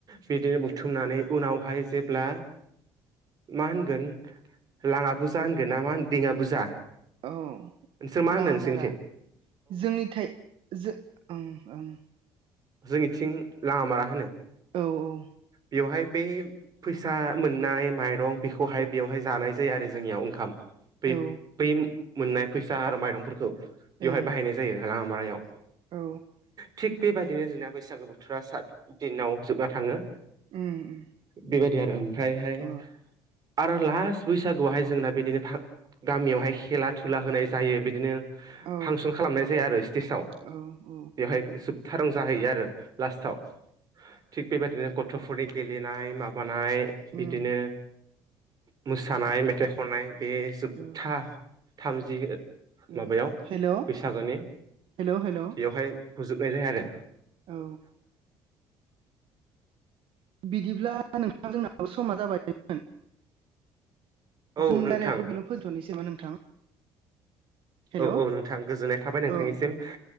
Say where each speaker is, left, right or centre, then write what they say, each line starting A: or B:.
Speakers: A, on the right; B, on the right.
A: बिदिनो बुथुमनानै उनावहाय जेब्ला मा होनगोन लाङा फुजा होनगोन ना मा होन दिङा फुजा
B: औ
A: नोंसोर मा
B: लामामारा
A: होनो नोंसोरनिखि?
B: जोंनिथाय जो ओं ओं
A: जोंनिथिं लामाामारा होनो।
B: औ औ
A: बेवहाय बे फैसा मोननाय माइरं बेखौहाय बेवहाय जानाय जायो आरो जोंनियाव ओंखाम बै
B: औ
A: बै मोननाय फैसा आरो माइरंफोरखौ बेवहाय
B: ओं
A: बाहायनाय जायो लाङा मारायाव
B: औ
A: थिग बेबायदिनो जोंना बैसागो बोथोरा सात दिनाव जोबना थाङो।
B: उम उम
A: बेबायदि आरो ओमफ्राय हाय
B: औ
A: आरो लास्ट बैसागुआवहाय जोंना बिदिनो गामियावहाय खेला-धुला होनाय जायो बिदिनो
B: औ
A: फांसन खालामनाय जायो आरो स्टेस आव
B: ओं ओं
A: बेवहाय‌ जोबथा रंजाहैयो आरो लाास्त‌आव थिग बेबायदिनो गथ'फोरनि गेलेनाय माबा नाय
B: उम
A: बिदिनो मोसानाय, मेथाइ खननाय बे जोबथा
B: औ
A: थामजि
B: औ
A: माबायाव
B: हेल'
A: बैसागोनि
B: हेलौ हेलौ
A: बेयावहाय फोजोबनाय जायो आरो
B: औ बिदिब्ला दा नोंथां जोंनाबो समा जाबायमोन
A: औ
B: जों
A: नोंथां
B: रायलायखौ बेनाव फोजोबथ'नोसै नामा नोंथां? हेलौ
A: औ औ नोंथां गोजोननाय थाबाय नोंथांनिसिम।
B: औ